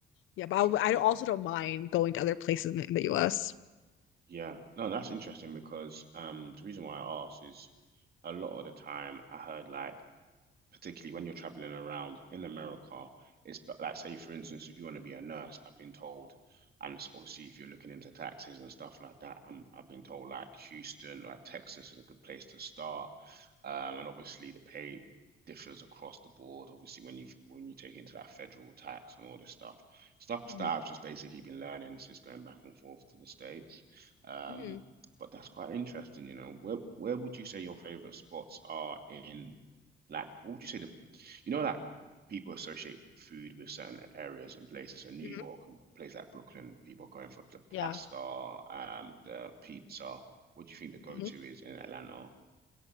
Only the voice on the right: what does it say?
interesting.
Yeah, no, that's interesting because um the reason why I asked is a lot of the time I heard like particularly when you're traveling around in America, it's but like say for instance, if you want to be a nurse, I've been told, and it's obviously if you're looking into taxes and stuff like that, I'm, I've been told like Houston, like Texas is a good place to start, um, and obviously the pay differs across the board. Obviously when you when you take into that federal tax and all this stuff, stuff
that I've just basically been learning since going back and forth to the States, um.
But that's quite interesting, you know. Where where would you say your favorite spots are in like, what would you say the, you know, like people associate food with certain areas and places. So New
York and places like Brooklyn, people are going for the
pasta, um, the pizza. What do you think the go-to
is in Atlanta?